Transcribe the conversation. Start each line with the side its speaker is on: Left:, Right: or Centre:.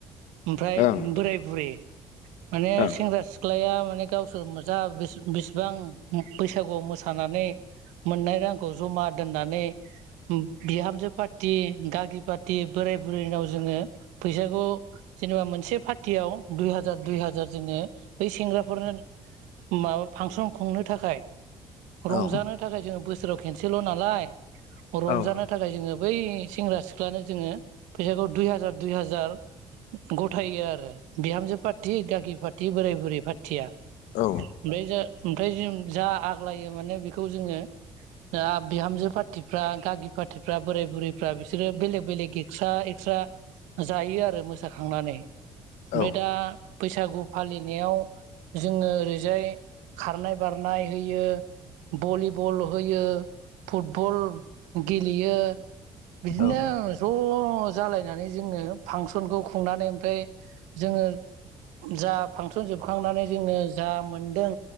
Right: ओमफ्राय
Left: ओं
Right: बोराय बुरै माने
Left: ओं
Right: सेंग्रा सिख्लाया माने गावसोर जा बिस बिसिबां बैसागुआव मोसानानै मोननाय रांखौ ज'मा दोननानै उम बिहामजो पार र्टि गागि पार्टी बोराय बुरैनाव जोङो फैसाखौ जेनेबा मोनसे पार्टियाव दुइ हाजार दुइ हाजार जोङो बै सेंग्रा फोरनो माबा फांसन खुंनो थाखाय रंजानो
Left: औ
Right: थाखाय जोङो बोसोराव खेनसेल' नालाय रंजानो
Left: औ
Right: थाखाय जोङो बै सेंग्रा-सिख सिख्लानो जोङो फैसाखौ दुइ हाजार दुइ हाजार ग'थायो आरो। बिहामजो पार्थि गागि पार्टि बोराय बुरै पार्टिया
Left: औ।
Right: ओमफ्राय जा ओमफ्राय जों जा आग्लायो माने बेखौ जोङो ओ बिहामजो पार्टिफ्रा गागि पार्टिफ्रा बोराय बुरैफ्रा बिसोरो बेलेग बेलेक एक्स्रा एक्स्रा जायो आरो मोसाखांनानै।
Left: औ
Right: बे दा बैसागु फालिनायाव जोङो ओरैजाय खारनाय बारनाय होयो। भलिबल होयो फुटबल गेलेयो। बिदिनो
Left: औ
Right: ज' जालायनानै जोङो फांसनखौ खुंनानै ओमफ्राय जोङो जा फांसन जोबखांनानै जोङो जा मोनदों